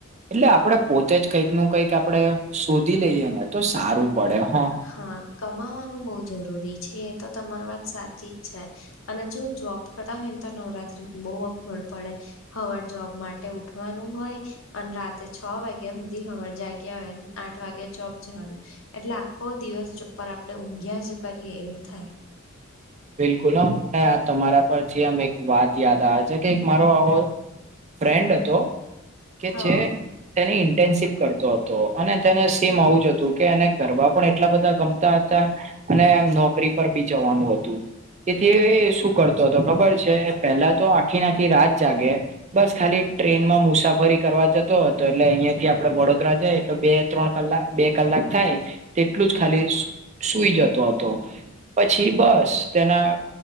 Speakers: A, on the right; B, on the left.
A: એટલે આપણે પોતે જ કંઈક નું કઈક આપડે શોધી લઈએ ને તો સારું પડે હા.
B: હા કમાવાનું બહુ જરૂરી છે એ તો તમારી વાત સાચી જ છે. અને જો જોબ કરતા હોય ને તો નવરાત્રીમાં બહુ અગવડ પડે હવારે જોબ માટે ઉઠવાનું હોય અને રાતે છ વાગ્યા સુધી હવારે જાગ્યા હોય આઠ વાગે જોબ જવાનું એટલે આ, આખો દિવસ જો ઉપ આપણેે ઊંઘ્યા જ કરીએ એવું થાય.
A: બિલકુલ હ મને આ તમારા પરથી આમ એક વાત યાદ આવે છે કે મારો આવો ફ્રેન્ડ હતો કે
B: હા
A: જે, તેની ઇન્ટેનશિપ કરતો હતો. અને તેને સેમ આવું જ હતું, કે એને ગરબા પણ એટલા બધા ગમ ગમતા હતા અને આમ નોકરી પર બી જવાનું હતું. તેથી શું કરતો હતો ખબર છે પેલા તો આખી નાખી રાત જાગે બસ ખાલી ટ્રેનમાં મુસાફરી કરવા જતો હતો એટલે અહિયાયા થી આપડે વડોદરા જાય એટલે બે ત્રણ કલાક બે કલાક થાય તેટલું જ ખાલી સૂઈ જતો હતો, પછી બસ તેના,